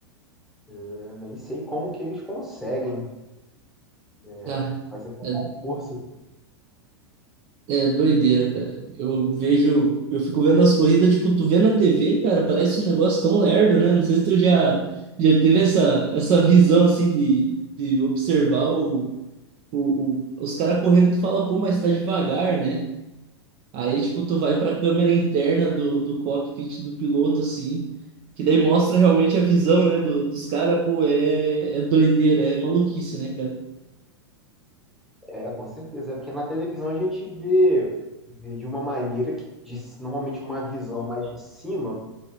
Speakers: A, in the centre; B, on the right.
A: Eu nem sei como que eles conseguem é,
B: Ah,
A: fazer tanta
B: é
A: força.
B: É doideira, cara. Eu vejo, eu fico vendo as corridas, tipo, tu vê na TV, cara, parece um negócio tão lerdo, né? Não sei se tu já, já teve essa, essa visão, assim, de, de observar o, o, o- os caras correndo, tu fala, pô, mas tá devagar, né? Aí, tipo, tu vai pra câmera interna do, do cockpit do piloto, assim, que daí mostra realmente a visão, né, do, dos caras, pô, é, é doideira, é maluquice, né, cara?
A: É, com certeza. É porque na televisão a gente vê, vê de uma maneira que, de, normalmente, uma visão mais de cima